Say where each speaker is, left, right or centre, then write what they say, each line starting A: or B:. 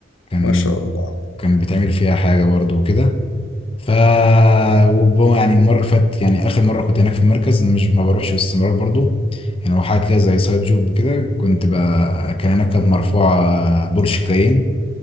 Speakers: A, on the left; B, on the left.
A: كان
B: ما شاء الله
A: كان بتعمل فيها حاجه برضه وكده ف وب- يعني المره اللي فاتت يعني اخر مره كنت هناك في المركز انا مش ما بروحش باستمرار برضو يعني هو حاجه كده زي سايد جوب كده كنت ب... كان هناك كانت مرفوعه بورش كاين